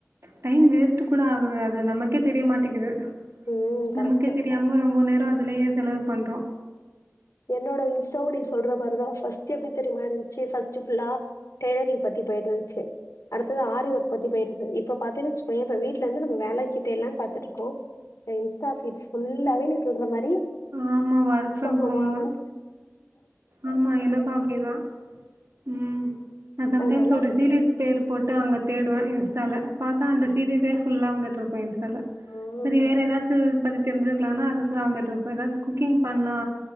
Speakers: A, on the right (about 85°); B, on the left (about 80°).
A: டைம் வேஸ்ட் கூட ஆகுது அது நமக்கே தெரிய மாட்டேக்குது
B: ம் கரெக்ட்டு.
A: நமக்கே தெரியாம ரொம்ப நேரோ அதுலயே செலவு பண்றோ
B: என்னோட இன்ஸ்டாவும் நீ சொல்ற மாரிதா ஃபர்ஸ்டு எப்டி தெரியுமா இருன்ச்சு, ஃபர்ஸ்டு ஃபுல்லா டெய்லரிங் பத்தி தி போயிட்டுருன்ச்சு அடுத்தது ஆரி உற்பத்தி போயிருது இப்ப பாத்தீன்னு வச்சுக்கோையன் இப்ப வீட்டுல இருந்து நம்ம வேலைக்கு தேரியலன்னனு பாத்துட்டு இருக்கோம் ஏ இன்ஸ்டா ஃபீட் ஃபுல்லாவே நீ சொல்ற மாரி
A: ஆமா ஒர்க் ஃப்ரம்
B: போமன்
A: ஹோம். ஆமா எனக்கு அப்படிதா உம் நா சம்டைம்ஸ்
B: அது நல்லா
A: ஒரு சீரிஸ் பேர் போட்டு அங்க தேடுவ இன்ஸ்டால பாத்தா அந்த சீரீஸே ஃபுல்லா வந்துட்டுருக்கும் இன்ஸ்டால
B: ம்.
A: செரி வேற ஏதாச்சும் பத்தி தெரிஞ்சுக்கலானா அது ஃபூரா வந்துட்டுருக்கும் ஏதாது குக்கிங் பண்ணலா